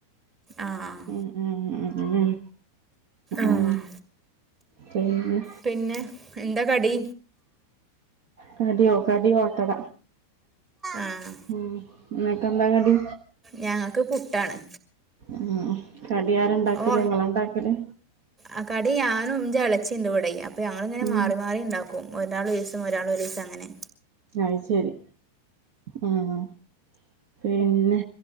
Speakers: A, on the right; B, on the right.
A: ആഹ്
B: ഉം ഉം ഉം ഉം
A: ആഹ്
B: ഉം പിന്ന
A: പിന്നെ എന്താ കടി
B: കടിയോ കടി ഓട്ടട
A: ആഹ്
B: ഉ നിങ്ങക്ക് എന്താ കടി
A: ഞങ്ങൾക്ക് പുട്ടാണ്
B: ഉം കടിയാര് ഉണ്ടാക്കല്
A: ഓ
B: നിങ്ങള് ഉണ്ടാക്കല്
A: ആ കടി ഞാനും എന്റെ ഇളയച്ചിയും ഉണ്ടിവിടെ അപ്പൊ ഞങ്ങ ഇങ്ങനെ
B: ഉം
A: മാറി മാറി ഉണ്ടാവും ക്കും ഒരാൾ ഒരു ദിവസം ഒരാൾ ഒരു ദിവസം അങ്ങനെ
B: അത് ശരി ഉം പിന്നെ